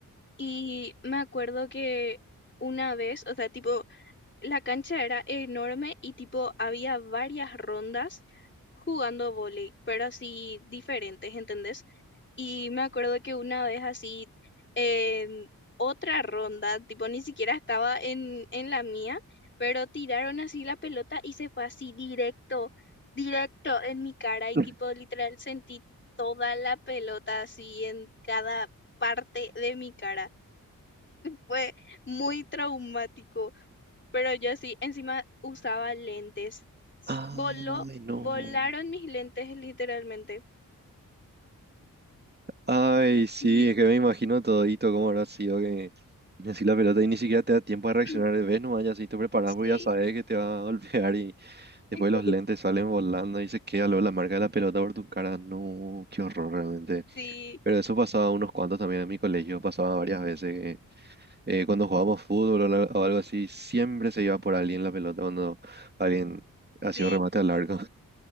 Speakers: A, on the left; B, on the right.
A: Y me acuerdo que una vez, o sea, tipo, la cancha era enorme y tipo, había varias rondas jugando vóley, pero así diferentes, ¿entendés? Y me acuerdo que una vez así, en otra ronda, tipo, ni siquiera estaba en, en la mía, pero tiraron así la pelota y se fue así directo, directo en mi cara y
B: <laughs>
A: tipo, literal, sentí toda la pelota así en cada parte de mi cara fue muy traumático, pero yo sí, encima usaba lentes. S-
B: Ay,
A: Voló,
B: no.
A: volaron mis lentes <laughs> literalmente.
B: Ay, sí,
A: Y-
B: es que me imagino todito cómo habrá sido que tienes así la pelota y ni siquiera te da tiempo de reaccionar
A: <clears throat>
B: ves vez, no ya si te preparas
A: Sí,
B: porque ya sabes que te va a <laughs> golpear y después
A: <laughs>
B: los lentes salen volando y se queda luego la marca de la pelota por tu cara. No, qué horror realmente.
A: sí,
B: Pero eso pasaba unos cuantos también en mi colegio, pasaba varias veces. que, eh, cuando jugábamos fútbol o la- o algo así, siempre se iba por alguien la pelota cuando alguien hacía
A: sí.
B: un remate al largo.